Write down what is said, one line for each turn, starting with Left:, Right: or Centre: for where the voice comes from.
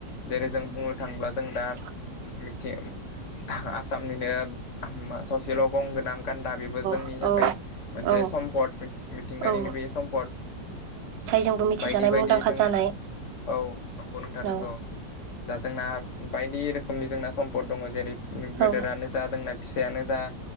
Left: जेरै जों बुंनो थाङोब्ला जों दा
Right: औ
Left: मिथि आसामनिनो मा थसेल' गं गोनां गान्दा बेबो जोंनि
Right: औ
Left: थाखाय
Right: औ
Left: मोनसे
Right: औ
Left: सम्पद मिथिंगानिनो
Right: औ
Left: बे सम्पद।
Right: जायजोंबो मिथिजानाय
Left: बायदि बायदि
Right: मुंदांखा
Left: जोंना
Right: जानाय
Left: औ नंगौ नोंथां नंगौ
Right: औ
Left: दा जोंना बायदि रोखोमनि जोंना सम्पद दङ जेरै
Right: औ
Left: गोदोरानो जा जोंना फिसायानो जा